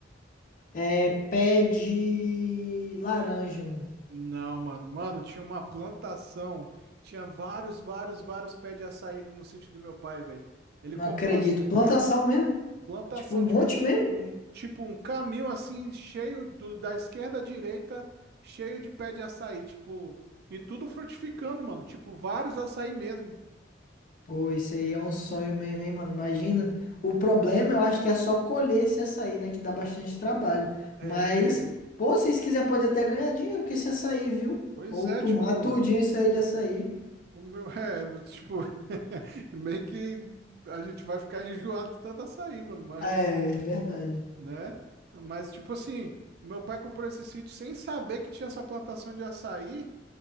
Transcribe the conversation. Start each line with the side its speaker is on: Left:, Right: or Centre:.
Left: É, pé de laranja, mano.
Right: Não, mano. Mano, tinha uma plantação. Tinha vários, vários, vários pés de açaí no sítio do meu pai, velho. Ele
Left: Não
Right: comprou
Left: acredito.
Right: as
Left: Plantação mesmo?
Right: plantação,
Left: Tipo, um monte
Right: tipo,
Left: mesmo?
Right: um, tipo um caminho assim cheio do, da esquerda à direita, cheio de pé de açaí, tipo, e tudo frutificando, mano, tipo vários açaí mesmo.
Left: Pô, isso aí é um sonho mesmo, hein, mano? Imagina. O problema, eu acho que é só colher esse açaí, né? Que dá bastante trabalho.
Right: É,
Left: Mas,
Right: porque.
Left: pô, se vocês quiserem, pode até ganhar dinheiro com esse açaí, viu?
Right: Pois
Left: Ou
Right: é,
Left: tomar
Right: tipo.
Left: tudinho isso aí de açaí.
Right: O meu. É, tipo. <laughs> Meio que a gente vai ficar enjoado de tanto açaí, mano, mas.
Left: É, é verdade.
Right: Né? Mas, tipo assim. Meu pai comprou esse sítio sem saber que tinha essa plantação de açaí.